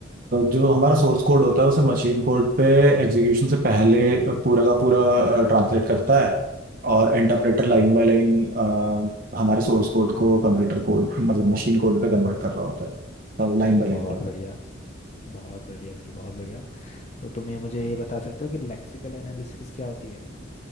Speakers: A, on the right (about 45°); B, on the left (about 35°).
A: जो हमारा सोर्स कोड होता है उसे मशीन कोड पे एग्जीक्यूशन से पहले uh, पूरा का पूरा ट्रांसलेट करता है और इंटरप्रेटर लाइन बाय लाइन हमारे सोर्स कोड को कंप्यूटर कोड मतलब मशीन कोड पे कन्वर्ट कर रहा होता है तो लाइन बाय
B: बहुत
A: लाइन कर रहा
B: बढ़िया बहुत बढ़िया बेटे बहुत बढ़िया तो तुम ये मुझे ये बता सकते हो कि लेक्सिकल एनालिसिस क्या होती है